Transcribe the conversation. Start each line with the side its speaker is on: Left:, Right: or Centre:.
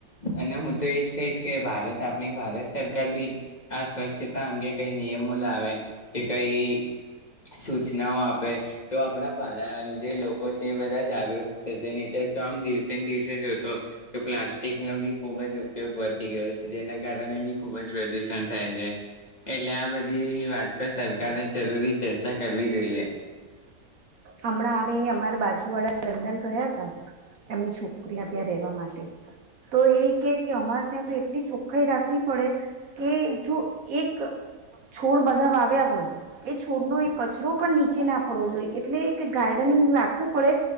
Left: અને હું તો એજ કહીશ કે ભારત આપણી ભારત સરકાર ભી આ સ્વચ્છતા અંગે કઈ નઈ એમ લ આવે કે કઈ સૂચનાઓ આપે તો આપણા ભ જે લોકો છે એ બધા જાગૃત થશે ર તો આમ દિવસે ને દિવસે જોશો તો પ્લાસ્ટિકનોો બી ખુબ જ ઉપયોગ વધતી ગયો છે જેના કારણે બી ખુબ જ પ્રદુષણ થાય છે એટલે આ બધી વાત પર સરકારે જરૂરી ચર્ચા કરવી જોઈએ
Right: હમણાં હ અમારા બાજુ વાળા લંડન ગયા હતા એમની છોકરી ત્યાં રહેેવા માટે તો એ કે કે અમારે ત્યાં તો એટલી ચોખ્ખાાઈ રાખવી પડે કે જો એક છોડ બધા વા આવ્યા હોય એ છોડનો એક કચરો પણ નીચે ના પડવો જોઈએ એટલે કે ગાર્ડનિંગ રાખવું પડે